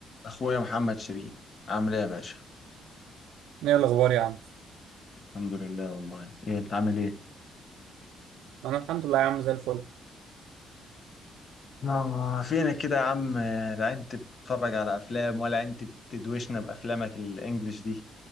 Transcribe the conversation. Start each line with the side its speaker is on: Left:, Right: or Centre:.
Left: اخويا محمد شريف عامل ايه يا باشا
Right: ايه الاخبار يا عم
Left: الحمد لله والله ايه انت عامل ايه
Right: انا الحمد لله يا عم زي الفل
Left: آه فينك كده يا عم لا انت بتتفرج على افلام ولا انت بتدوشنا بافلامك الانجليش دي